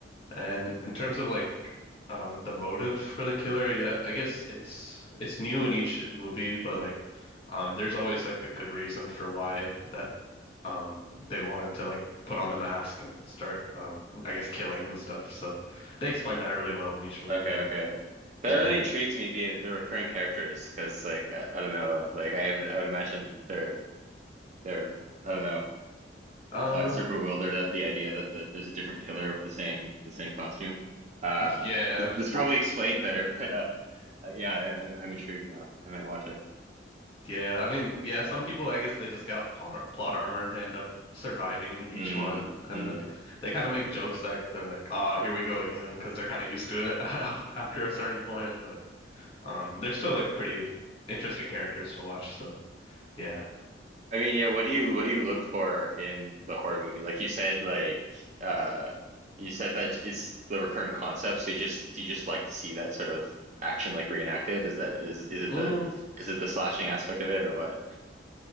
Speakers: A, on the left; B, on the right.
A: And in terms of like um the motive for the killer, yeah, I guess it's it's new in each movie, but like um there's always like a good reason for why that um they wanted to like put on the mask and start um I guess killing and stuff. So they explain that really well in each movie.
B: okay, okay. That
A: Yeah.
B: really intrigues me, the the recurring characters, because like I, I don't know, like I would I would imagine they're they're I don't know.
A: Uh
B: perplexed or bewildered at the idea that the, there's a different killer with the same the same costume. Uh,
A: yeah.
B: this, this probably explained better, <laughs> but um, uh, yeah, I, I'm intrigued now. I might watch it.
A: Yeah, I mean, yeah, some people, I guess they just got plot plot armor. They end up surviving each
B: Mm,
A: one,
B: mm.
A: and then they kind of make jokes like they're like, "Ah, here we go again," because they're kind of used to it <laughs> after a certain point. But um, they're still like pretty interesting characters to watch. So yeah,
B: I mean, yeah, what do you what do you look for in the horror movie? Like you said, like uh, you said that it's the recurrent concept. So you just do you just like to see that sort of action like reenacted? Is that is is it
A: mm,
B: the is it the slashing aspect of it or what?